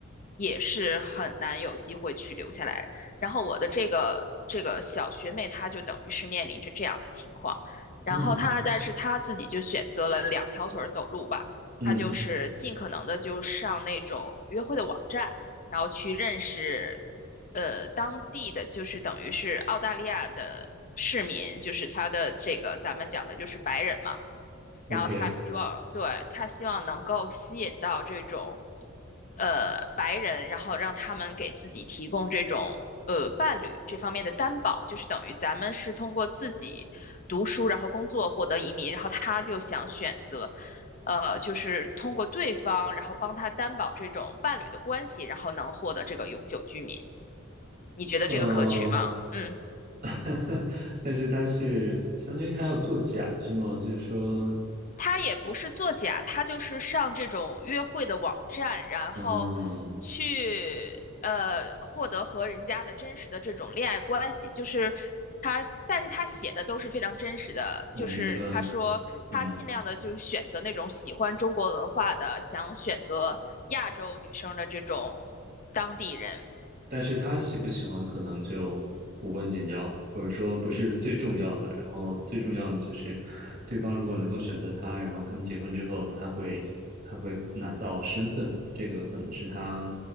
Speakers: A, on the left; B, on the right.
A: 也是很难有机会去留下来。然后我的这个这个小学妹，她就等于是面临着这样的情况，然后她但是她自己就选择了两条腿儿走路吧。
B: 嗯嗯
A: 他就是尽可能的就上那种约会的网站，然后去认识，呃，当地的就是等于是澳大利亚的市民，就是他的这个咱们讲的就是白人嘛。
B: ，OK，
A: 然后他希望，对，他希望能够吸引到这种，呃，白人，然后让他们给自己提供这种，呃，伴侣这方面的担保，就是等于咱们是通过自己读书，然后工作获得移民，然后他就想选择，呃，就是通过对方，然后帮他担保这种伴侣的关系，然后能获得这个永久居民。你觉得这个可取吗？
B: 呃，
A: 嗯。
B: <laughs> 但是他是相当于他要做假是吗？就是说，
A: 他也不是作假，他就是上这种约会的网站，然后去呃获得和人家的真实的这种恋爱关系，
B: 嗯，
A: 就是他，但是他写的都是非常真实的，
B: 我明白，
A: 就是他说他尽量的就是选择那种喜欢中国文化的，
B: 嗯
A: 想选择亚洲女生的这种当地人。
B: 但是他喜不喜欢可能就无关紧要，或者说不是最重要的。然后最重要的就是，对方如果能够选择他，然后他们结婚之后，他会他会拿到身份，这个可能是他